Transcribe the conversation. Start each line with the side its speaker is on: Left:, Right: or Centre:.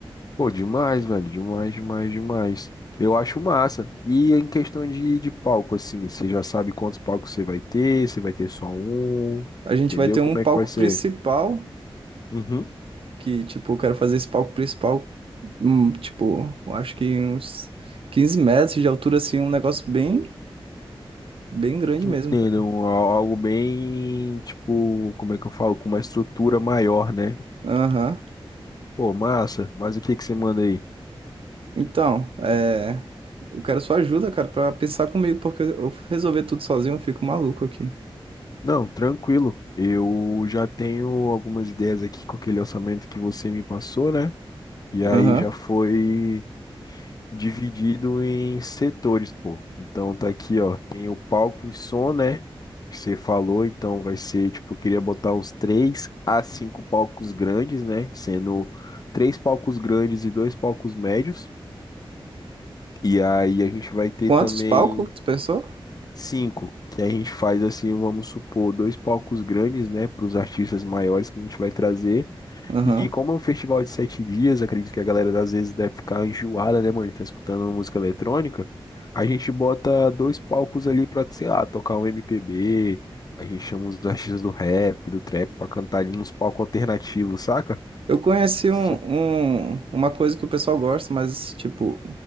Left: Pô, demais, velho. Demais, demais, demais. Eu acho massa. E em questão de, de palco, assim, você já sabe quantos palcos você vai ter, você vai ter só um,
Right: A gente
Left: entendeu?
Right: vai ter um
Left: Como
Right: palco
Left: é que vai ser?
Right: principal,
Left: Uhum.
Right: que, tipo, eu quero fazer esse palco principal, hum, tipo, eu acho que uns 15 metros de altura, assim, um negócio bem, bem grande
Left: Entendo.
Right: mesmo, cara.
Left: Um- al- Algo bem, tipo, como é que eu falo? Com uma estrutura maior, né?
Right: Aham.
Left: Pô, massa. Mas o que que você manda aí?
Right: Então, é, eu quero sua ajuda, cara, pra pensar comigo, porque eu resolver tudo sozinho, eu fico maluco aqui.
Left: Não, tranquilo. Eu já tenho algumas ideias aqui com aquele orçamento que você me passou, né? E aí
Right: Aham.
Left: já foi dividido em setores, pô. Então tá aqui, ó. Tem o palco e som, né? Que você falou. Então vai ser, tipo, eu queria botar uns três a cinco palcos grandes, né? Sendo três palcos grandes e dois palcos médios. E aí a gente vai ter
Right: Quantos
Left: também
Right: palcos que tu pensou?
Left: cinco. Que a gente faz assim, vamos supor, dois palcos grandes, né? Para os artistas maiores que a gente vai trazer.
Right: Aham.
Left: E como é um festival de sete dias, acredito que a galera às vezes deve ficar enjoada, né, mano? Tá escutando música eletrônica. A gente bota dois palcos ali pra, sei lá, tocar um MPB. A gente chama os <laughs> artistas do rap, do trap, pra cantar ali nos palcos alternativos, saca?
Right: Eu conheci um,
Left: Isso.
Right: um- uma coisa que o pessoal gosta, mas, tipo,